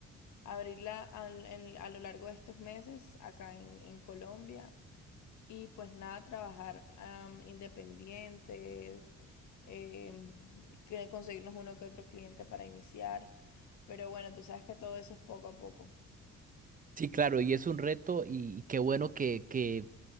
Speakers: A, on the left; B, on the right.
A: abrirla al- en- a lo largo de estos meses acá en en Colombia. Y pues nada, trabajar am, independiente, em, que conseguirnos uno que otro cliente para iniciar. Pero bueno, tú sabes que todo eso es poco a poco.
B: Sí, claro, y es un reto y, y qué bueno que, que